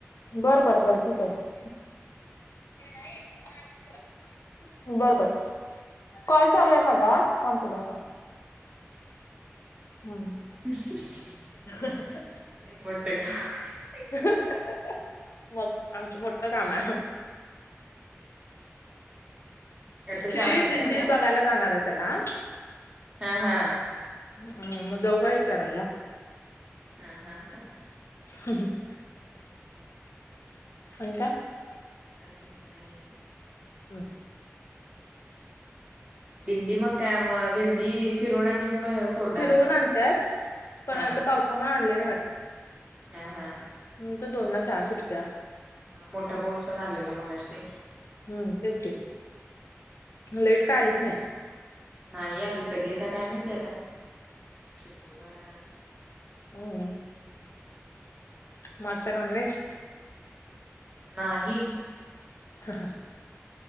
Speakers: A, on the left; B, on the right.
A: ग बर बर बर ठीक आहे ये नाही पोरं आली की जावूया बरं बर कॉल चालू आहे माझा थांब तुला सांग हम्म.
B: <unintelligible>
A: हा हा हा
B: <unintelligible>
A: ह ह ह. ह ह मग आमचं मोठ काम आहे.
B: आता शाळा
A: ती
B: सुटताय
A: दिंडी
B: काय
A: बघायला जाणार आहे त्याला
B: हा हा
A: हम्म मग जाऊ काय विचारायल्या?
B: हा हा हा
A: हम्म. होय काय?
B: अजून काही नाही
A: हम्म.
B: दिंडी मग काय मग दिंडी.. फिरून आले कि मग सोडणार
A: फिरवून
B: असतील
A: आणत्यात पण
B: हा.
A: आता पावसामुळे आणले
B: हा, हा.
A: आता दोनला शाळा सुटत्या.
B: हा, मोठा पाऊस पण आलेला मगाशी.
A: हम्म तेच की, लाईट काय आलीच नाही.
B: नाही आली, कधी येत्या काय माहिती आता. शुक्कुरवार आहे आज.
A: हम्, हम मग आज काय नाॅनव्हेज?
B: नाही.
A: हा